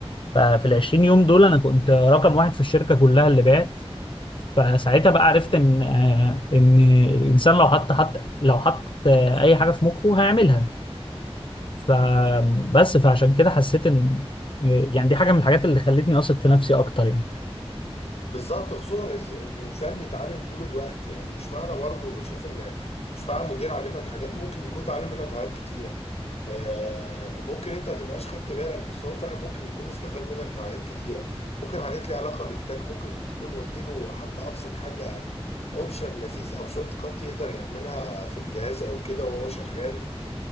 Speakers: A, on the left; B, on the left.
A: ففي ال 20 يوم دول انا كنت رقم واحد في الشركه كلها اللي بعت فساعتها بقى عرفت ان آه، ان الانسان لو حط حط لو حط آه، اي حاجه في مخه هيعملها فبس فعشان كده حسيت ان آه، يعني دي حاجه من الحاجات اللي خلتني اثق في نفسي اكتر يعني
B: بالظبط خصوصا إن الانسان بيتعلم طول الوقت يعني مش معنى برضه بشوف ان مش معنى مدير علمك حاجات ممكن يكون اتعلم منك حاجات كتيره آه، ممكن انت تبقاش خدت بالك بس هو فعلا ممكن يكون استفاد منك في حاجات كتيره ممكن حاجات ليها علاقه بالتك ممكن تكون قلت له حتى ابسط حاجه اوبشن لذيذ او شورت كات يقدر يعملها في الجهاز او كده وهو شغال